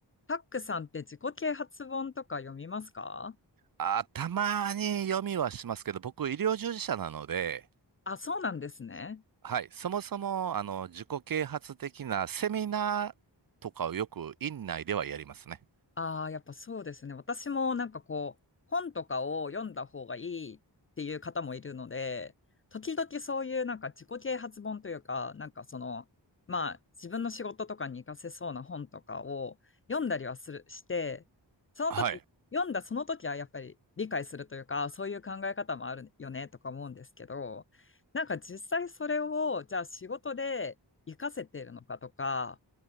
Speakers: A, on the left; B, on the right.
A: タックさんって自己啓発本とか読みますか
B: あ、たまに読みはしますけど、僕、医療従事者なので、
A: あ、そうなんですね。
B: はい、そもそも、あの、自己啓発的なセミナーとかをよく院内ではやりますね。
A: ああ、やっぱそうですね。私もなんかこう、本とかを読んだ方がいいっていう方もいるので、時々そういうなんか自己啓発本というか、なんかその、まあ自分の仕事とかに活かせそうな本とかを読んだりはする、して、その時、
B: はい。
A: 読んだその時はやっぱり理解するというか、そういう考え方もあるよねとか思うんですけど、なんか実際それをじゃあ仕事で活かせているのかとか、